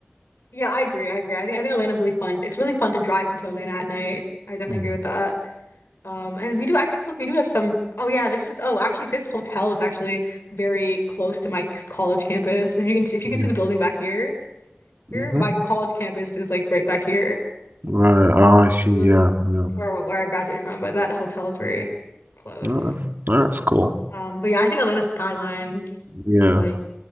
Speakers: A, on the left; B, on the right.
A: yeah, I agree. I agree. I think I think Atlanta's really fun. It's really fun to drive into Atlanta at night. I definitely
B: Mm,
A: agree with that. Um, and we do. I guess look, we do have some. Oh yeah, this is. Oh, actually, this hotel is actually very close to my college campus. If you can, if you can
B: Yeah.
A: see the building back here. Here,
B: Mm-hmm.
A: my college campus is like right back here.
B: Right. Oh, I see.
A: So
B: Yeah.
A: this
B: Yeah.
A: for where I graduated from, but that hotel is very close.
B: Uh, that's cool.
A: Um, but yeah, I think Atlanta skyline
B: Yeah.
A: is like